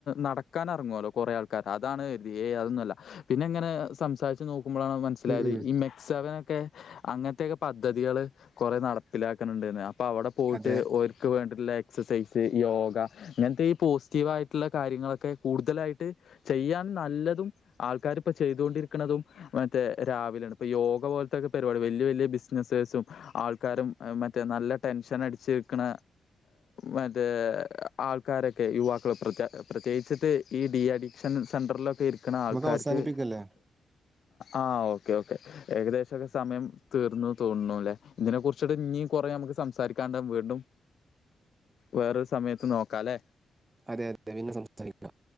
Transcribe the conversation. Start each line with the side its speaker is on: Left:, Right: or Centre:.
Left: നടക്കാൻ ഇറങ്ങുവല്ലോ കുറെ ആൾക്കാർ അതാണ് ഏയ്‌ അതൊന്നു അല്ല പിന്നെ എങ്ങനെ സംസാരിച്ച് നോ കുമ്പോ മനസ്സിലായത്
Right: ഉം ഉം.
Left: ഈ മെക്സവൻ ഒക്കെ അങ്ങനത്തെക്കെ പദ്ധതികള് കുറെ നടപ്പിലാക്കണണ്ടന്ന് അപ്പൊ അവിടെ പോയിട്ട്
Right: അതെ.
Left: ഓര്ക്ക്‌ വേണ്ടിള്ള എക്സസൈസ് യോഗ ഇങ്ങനത്തെ ഈ പോസിറ്റീവ് ആയിട്ടുള്ള കാര്യങ്ങളൊക്കെ കൂടുതലായിട്ട് ചെയ്യാൻ നല്ലതും ആൾക്കാർ ഇപ്പോ ചെയ്തൊണ്ടിരിക്കണതും മറ്റേ രാവിലാണ് ഇപ്പൊ യോഗ പോലത്തൊക്കെ പരിപാടി വല്യ വല്യ ബിസിനസേഴ്സും ആൾക്കാരും മറ്റേ നല്ല ടെൻഷൻ അടിച്ചിക്കണ മറ്റേ ആൾക്കാരൊക്കെ യുവാക്കൾ പ്രേത് പ്രത്യേകിച്ചിട്ട് ഈ ഡി അഡിക്ഷൻ ളിലൊക്കെ ഇരിക്കുന്ന ആൾക്കാർക്ക്
Right: നമുക്ക് അവസാനിപ്പിക്കല്ലേ?
Left: ആഹ് ഓക്കെ ഓക്കേ ഏകദേശോക്കെ സമയം തീർന്നു തോന്നുന്നുല്ലേ ഇതിനെ കുറിച്ചിട്ട് ഇനി കൊറെ നമുക്ക് സംസാരിക്കാണ്ട് വീണ്ടും വേറൊരു സമയത്ത് നോക്കാല്ലെ
Right: അതെ അതെ പിന്നെ സംസാരിക്കാം